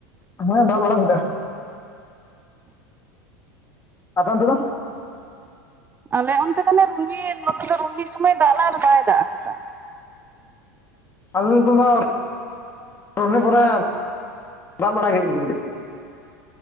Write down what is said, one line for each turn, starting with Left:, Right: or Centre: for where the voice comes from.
Left: ᱦᱮᱸ ᱫᱟᱜ ᱵᱟᱲᱟ ᱠᱮᱫᱟ ᱟᱯᱮ ᱚᱱᱛᱮ ᱫᱚ ᱾
Right: ᱟᱞᱮ ᱚᱱᱛᱮ ᱛᱟᱞᱮ ᱨᱩᱱᱦᱤ ᱱᱚᱛᱮ ᱫᱚ ᱨᱩᱱᱦᱤ ᱥᱚᱢᱚᱭ ᱫᱟᱜ ᱞᱮᱜᱟ ᱟᱫᱚ ᱵᱟᱭ ᱫᱟᱜ ᱟᱠᱟᱫᱟ᱾
Left: ᱟᱞᱮ ᱱᱚᱛᱮ ᱫᱚ <unintelligible> ᱯᱚᱨᱮ ᱫᱟᱜ ᱵᱟᱲᱟ ᱠᱮᱫ ᱜᱮᱭᱟᱭ